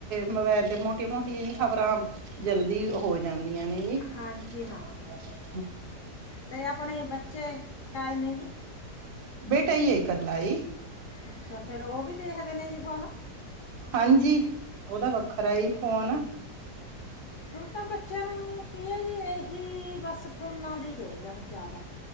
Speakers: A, on the right; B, on the left.
A: ਮੋਬਾਇਲ ਤੇ ਮੋਟੀਆਂ ਮੋਟੀਆਂ ਜਿਹੀ ਖ਼ਬਰਾਂ ਜਲ ਲਦੀ ਹੋ ਜਾਂਦੀਆਂ ਨੇ ਜ
B: ਹਾਂਜੀ ਹਾਂ ਤੇ ਆਪਣੇ ਬੱਚੇ ਕਾਏ ਨੇ ਜੀ
A: ਬੇਟਾ ਹੀ ਆਏ ਕਲਾਈ
B: ਅੱਛਾ ਫੇਰ ਉਹ ਵੀ ਦੇਖਦੇ ਨੇ ਜੀ ਫੋਨ
A: ਹਾਂਜੀ ਉਹਦਾ ਵੱਖਰਾ ਫੋਨ
B: ਹੁਣ ਤਾਂ ਬੱਚਿਆਂ ਨੂੰ ਕੀ ਜ ਇਹੀ ਬਸ ਫੋਨਾ ਦਾ ਹੀ ਰਹੇ ਗਿਆ ਜ਼ਿਆਦਾ